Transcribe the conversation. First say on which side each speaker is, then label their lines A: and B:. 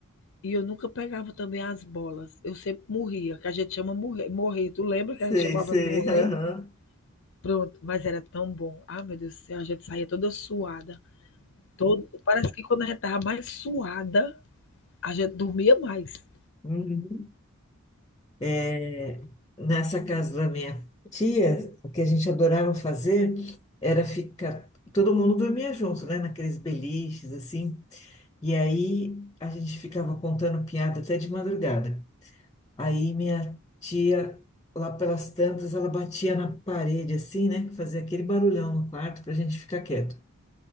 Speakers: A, on the left; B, on the left.
A: E eu nunca pegava também as bolas, eu sempre morria, que a gente chama morrer morrer. Tu lembra que
B: sei,
A: a gente chamava
B: sei,
A: de morrer?
B: aham.
A: Pronto, mas era tão bom. Ah, meu Deus do céu, a gente saía toda suada, todo parece que quando a gente estava mais suada, a gente dormia mais.
B: Uhum. É, nessa casa da minha tia, o que a gente adorava fazer era ficar. Todo mundo dormia junto, né? Naqueles beliches, assim. E aí a gente ficava contando piada até de madrugada. Aí minha tia, lá pelas tantas, ela batia na parede, assim, né? Que fazia aquele barulhão no quarto pra gente ficar quieto.